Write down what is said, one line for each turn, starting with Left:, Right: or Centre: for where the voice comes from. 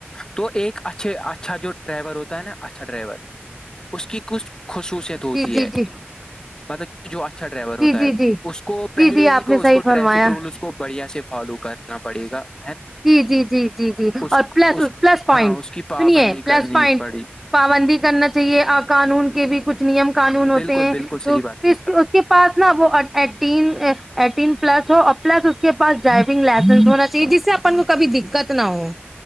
Left: تو ایک اچھے اچھا جو ڈرائیور ہوتا ہے نا اچھا ڈرائیور اس کی کچھ خصوصیت ہوتی
Centre: جی جی
Left: ہے
Centre: جی
Left: پت <unintelligible> اور یہ جو اچھا ڈرائیور
Centre: جی
Left: ہوتا
Centre: جی
Left: ہے
Centre: جی
Left: اس کو پہلے
Centre: جی جی آپ
Left: ہی تو
Centre: نے
Left: اس
Centre: صحیح
Left: کو
Centre: فرمایا
Left: ٹریفک رول اس کو بڑھیا سے نہ پڑے گا <unintelligible>
Centre: جی جی جی جی جی
Left: اس
Centre: اور پلس
Left: اس
Centre: پلس پوائنٹ
Left: ہاں اس کی پابندی
Centre: سنیے پلس
Left: کرنی
Centre: پوائنٹ
Left: پڑی
Centre: پابندی کرنا چاہیے قانون کے بھی کچھ نیم قانون ہوتے
Left: بالکل
Centre: ہیں
Left: بالکل صحیح
Centre: تو
Left: بات کہی
Centre: اس کے پاس نا وہ ایٹین ایٹین پلس ہو اور پلس اس کے پاس جائ لن ہو چاہے جس سے کو کبھی دقت نہ ہو